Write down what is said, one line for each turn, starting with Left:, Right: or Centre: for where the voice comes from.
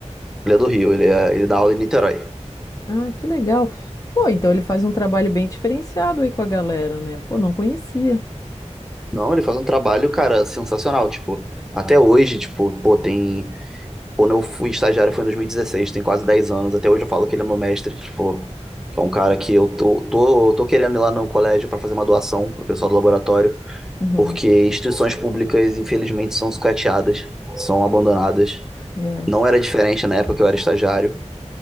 Centre: Ele é do Rio, ele, é, ele dá aula em Niterói.
Left: Ah, que legal. Pô, então ele faz um trabalho bem diferenciado aí com a galera, né? Pô, não conhecia.
Centre: Não, ele faz um trabalho, cara, sensacional. Tipo, até hoje, tipo, pô, tem. Quando eu fui estagiário foi em 2016, tem quase 10 anos. Até hoje eu falo que ele é meu mestre, tipo, que é um cara que eu tô, tô, tô querendo ir lá no colégio para fazer uma doação pro pessoal do laboratório.
Left: Uhum.
Centre: porque instituições públicas, infelizmente, são sucateadas, são abandonadas.
Left: É.
Centre: Não era diferente na época que eu era estagiário,